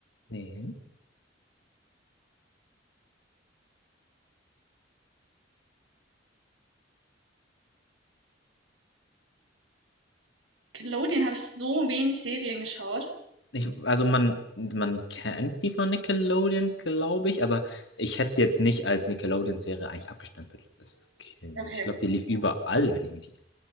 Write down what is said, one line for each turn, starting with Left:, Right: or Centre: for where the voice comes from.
Left: Nee.
Right: Nickelodeon habe ich so wenig Serien geschaut.
Left: Ich, also man, man kennt die von Nickelodeon, glaube ich, aber ich hätte sie jetzt nicht als Nickelodeon-Serie eigentlich abgestempelt als Kind.
Right: Okay,
Left: Ich glaube, die lief
Right: okay.
Left: überall, wenn ich mich